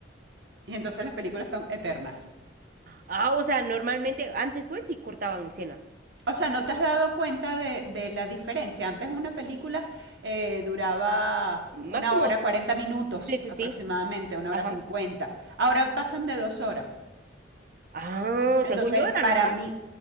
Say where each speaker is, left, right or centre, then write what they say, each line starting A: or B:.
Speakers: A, on the right (about 65°); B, on the right (about 45°).
A: Y entonces las películas son eternas.
B: Ah, o sea, normalmente antes pues sí cortaban escenas.
A: O sea, ¿no te has dado cuenta de, de la diferencia? Antes una película eh, duraba
B: Máximo,
A: una hora, cuarenta minutos
B: sí, sí,
A: aproximadamente,
B: sí.
A: una
B: Ajá.
A: hora cincuenta. Ahora pasan de dos horas.
B: Ah,
A: Entonces,
B: según yo era
A: para
B: normal.
A: mí,